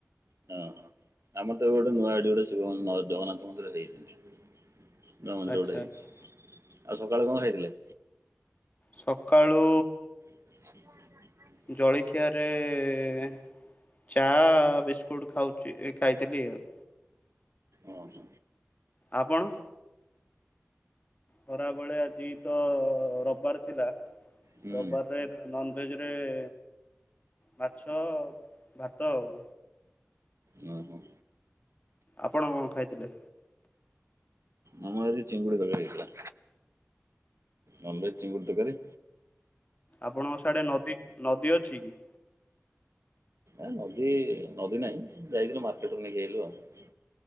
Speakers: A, on the right (about 75°); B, on the left (about 35°).
A: ଉଁ। ଆମର ତ ଏବେ ଗୋଡ଼େ ନୂଆଁ ଆଇ ଡି ଗୋଡ଼େ ସେ <unintelligible> ନ ଜଗନ୍ନାଥ ମନ୍ଦିର ହେଇଛି। ନୂଆଁ ମନ୍ଦିର
B: ଆଚ୍ଛା
A: ଗୋଟେ ହେଇଛି।
B: ଆଚ୍ଛା।
A: ଆଉ ସକାଳେୁ କଣ ଖାଇଥିଲେ?
B: ସକାଳୁ-ଉ
A: <inaudible>
B: ଜଳିଖିଆରେ-ଏଁହଃ ଚା'-ଆ ବିିସ୍କକୁଟ୍ ଖାଉଛି, ଏ ଖାଇଥିଲି ଆଉ।
A: ଅ, ହଁ।
B: ଆପଣ? ଖରାବଳେ ଆଜି ତ, ରବ୍ ବାର ଥିଲା।
A: ହୁଁ
B: ରବ୍ ବାରରେ, ନନ୍ ଭେଜରେ-ଏ ମାଛ-ଅ, ଭାତ ଆଉ।
A: ଅଁ ହ।
B: ଆପଣ କଣ ଖାଇଥିଲେ?
A: ଆମର ଆଜି ଚିଙ୍ଗୁଡ଼ି ତକାରୀ ହେଇଥିଲା। ନନ୍ ଭେଜ୍ ଚିଙ୍ଗୁଡ଼ ତକାରୀ
B: ଆପଣଙ୍କ ସାଡେ ନଦୀ, ନଦୀ ଅଛି କି?
A: ଏ ନଦୀ, ନଦୀ ନାହିଁ, ଯାଇଥିଲୁ ମାର୍କେଟରୁୁ ନେଇକି ଆଇଲୁ ଆଉ?